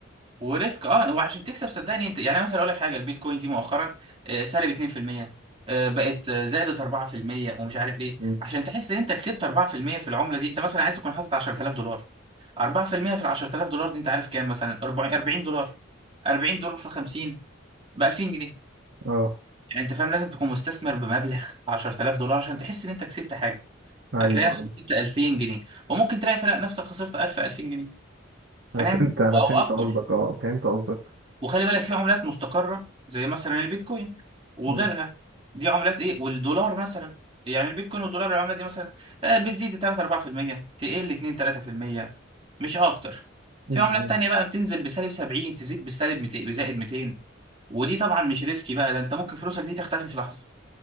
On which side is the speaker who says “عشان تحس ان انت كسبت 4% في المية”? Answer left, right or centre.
Right